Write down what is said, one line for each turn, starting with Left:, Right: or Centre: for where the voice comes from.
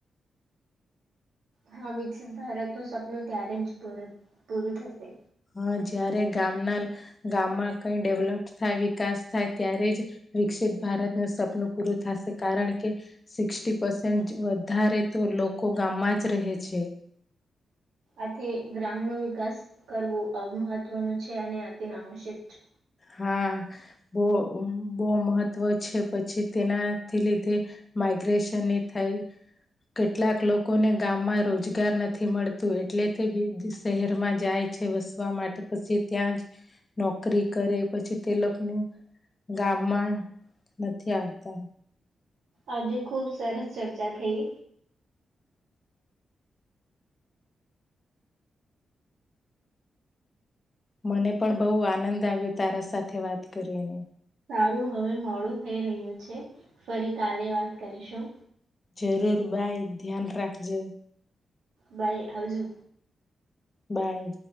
Right: હા વિકસિત ભારત ન સપનું ત્યારે જ પૂરું થશે
Left: હા જ્યારે ગામના ગામમાં કંઈ ડેવલપ થાય વિકાસ થાય ત્યારે જ વિકસિત ભારતનું સપનું પૂરું થશે કારણ કે સિક્ષટી પર્સેન્ટ વધારે તો લોકો ગામમાં જ રહે છે
Right: આથી ગ્રામનો વિકાસ કરવો મહત્વનું છે અને તે અતી આવક્ષક છે
Left: હા બહુ બહુ મહત્ત્વ છે પછી તેનાથી લીધે માઈગ્રેશનની થાય કેટલાક લોકોને ગામમાં રોજગાર નથી મળતું એટલે તે બી શહેરમાં જાય છે વસવા માટે પછી ત્યાં જ નોકરી કરે પછી તે લોકોનું ગામમાં નથી આવતા
Right: આજે ખુબ સરસ ચર્ચા થઈ
Left: મને પણ બહુ આનંદ આવ્યો તારા સાથે વાત કરીને
Right: સારું હવે મોડું થઈ રહ્યું છે ફરી કાલે વાત કરીશું
Left: જરૂર બાય ધ્યાન રાખજો
Right: બાઈ આવજો
Left: બાય